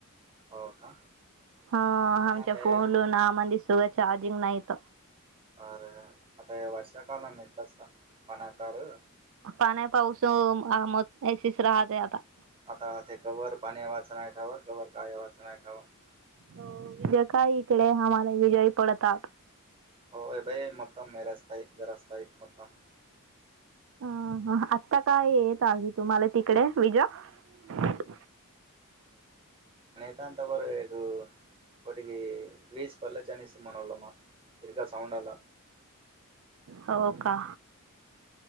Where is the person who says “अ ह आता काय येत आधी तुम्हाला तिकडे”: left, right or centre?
Right